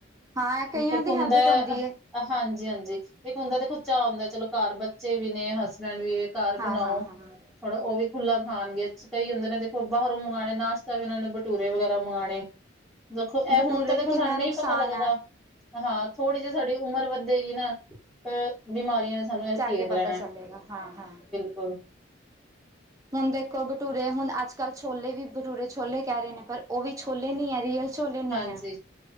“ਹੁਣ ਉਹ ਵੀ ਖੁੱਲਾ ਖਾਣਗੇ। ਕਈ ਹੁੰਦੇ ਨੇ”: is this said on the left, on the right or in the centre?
Centre